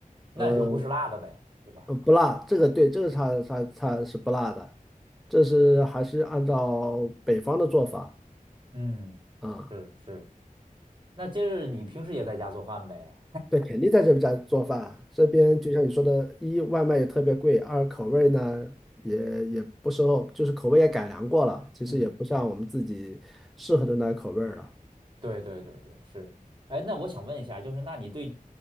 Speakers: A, on the right; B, in the centre.
A: 那也就不是辣的呗，
B: 呃，
A: 对吧？
B: 呃不辣，这个对，这个菜菜菜是不辣的，这是还是按照北方的做法
A: 嗯，
B: 啊。
A: 是是，那这是你平时也在家做饭呗？
B: 对，肯定在这边在做饭。这边就像你说的，一外卖也特别贵，二口味呢也也不是，就是口味也改良过了，其实也不像我们自己适合的那口味儿了。
A: <laughs> 嗯。对对对对，是。哎，那我想问一下，就是那你对，